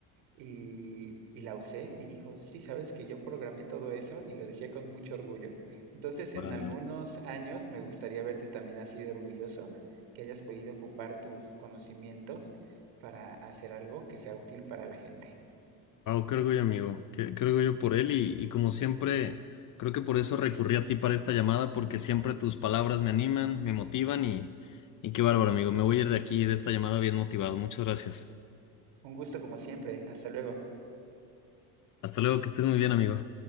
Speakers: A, on the right; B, on the left.
A: y, y la usé y dijo, sí, sabes que yo programé todo eso y lo decía con mucho orgullo. Entonces,
B: Wow,
A: en algunos años me gustaría verte también así de orgulloso, que hayas podido ocupar tus conocimientos para hacer algo que sea útil para la gente.
B: qué orgullo, amigo. Qué, qué orgullo por él y, y como siempre, creo que por eso recurrí a ti para esta llamada, porque siempre tus palabras me animan, me motivan y, y qué bárbaro, amigo. Me voy a ir de aquí, de esta llamada bien motivado. Muchas gracias.
A: Un gusto como siempre, hasta luego.
B: Hasta luego, que estés muy bien, amigo.